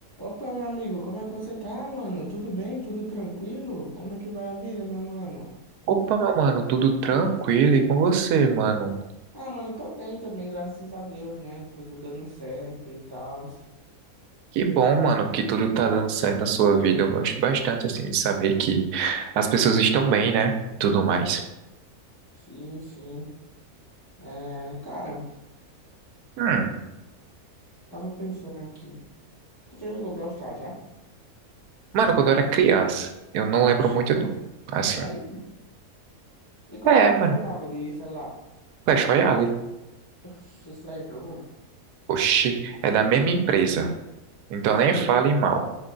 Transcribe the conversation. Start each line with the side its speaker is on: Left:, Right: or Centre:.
Left: Opa, meu amigo, como é que você tá, mano? Tudo bem? Tudo tranquilo? Como é que vai a vida, meu mano?
Right: Opa, meu mano, tudo tranquilo e com você, mano?
Left: Ah, mano, eu tô bem também, graças a Deus, né? Tudo dando certo e tal.
Right: Que bom,
Left: É,
Right: mano, que tudo tá dando certo na sua vida. Eu gosto bastante, assim, de saber que as pessoas estão bem, né? E tudo mais.
Left: sim, sim. É, cara,
Right: Hum,
Left: tava pensando aqui. Tu já jogou Brawl Stars, já?
Right: mano, quando eu era criança, eu não lembro
Left: Oxi,
Right: muito, não. Assim,
Left: peraí. E qual
Right: é,
Left: jogo
Right: mano,
Left: tu jogava de celular?
Right: Clash Royale.
Left: Oxi, isso lá é jogo? mano?
Right: Oxi, é da mesma empresa. Então
Left: Sim.
Right: nem fale mal.